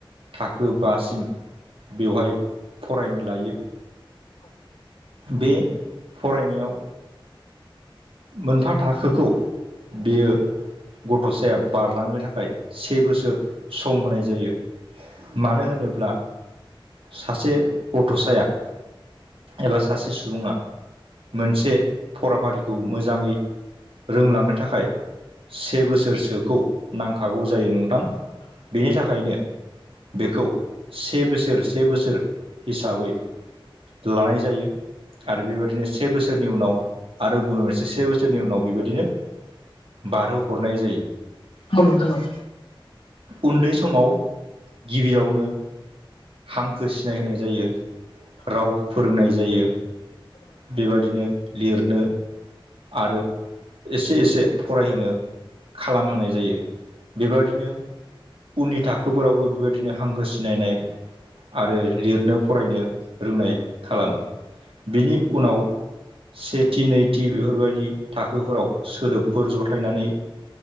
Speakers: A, on the right; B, on the left.
A: थाखो बासिम बेवहाय फरायनो लायो। बे फरायनायाव मोनफा थाखोखौ बियो गथ'साया बारलांनो थाखाय से बोसोर सम होनाय जायो। मानो होनोब्ला सासे गथ'साया एबा सासे सुबुङा मोनसे फराफारिखौ मोजाङै रोंलांनो थाखाय से बोसोरसोखौ नांखागौ जायो नोंथां। बेनि थाखायनो बेखौ से बोसोर से बोसोर हिसाबै लानाय जायो आरो बेबायदिनो से बोसोरनि उनाव आरो गुबुन मोनसे से बोसोरनि उनाव बेबायदिनो बारहो हरनाय जायो।
B: औ नोंथां औ
A: उन्दै समाव गिबियावनो हांखो सिनायहोनाय जायो। राव फोरोंनाय जायो बेबादिनो लिरनो। आरो एसे एसे फरायहोनो खालामहोनाय जायो। बेबायादिनो उननि थाखोफोरावबो बेबायदिनो हांखो सिनायनाय आरो लिरनो फरायनो रोंनाय खालामो बेनि उनाव सेथि नैथि बेफोरबायदि थाखोफोराव सोदोबफोर जथायनानै